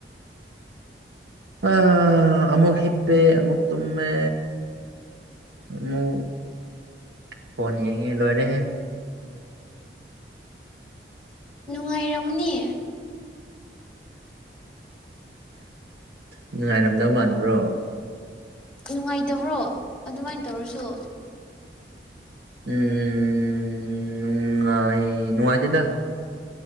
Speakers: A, on the right; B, in the centre.
A: ꯑ ꯑꯃꯨꯛ ꯍꯤꯞꯄꯦ ꯑꯃꯨꯛ ꯇꯨꯝꯃꯦ ꯃꯨ ꯐꯣꯟ ꯌꯦꯡꯉꯦ ꯂꯣꯏꯔꯦꯍꯦ
B: ꯅꯨꯡꯉꯥꯏꯔꯝꯅꯤ
A: ꯅꯨꯡꯉꯥꯏꯔꯝꯗꯧ ꯃꯥꯟꯕ꯭ꯔꯣ
B: ꯅꯨꯡꯉꯥꯏꯇꯕ꯭ꯔꯣ ꯑꯗꯨꯃꯥꯏꯅ ꯇꯧꯔꯁꯨ
A: ꯎꯝ ꯅꯨꯡꯉꯥꯢ ꯅꯨꯡꯉꯥꯢꯇꯦꯗ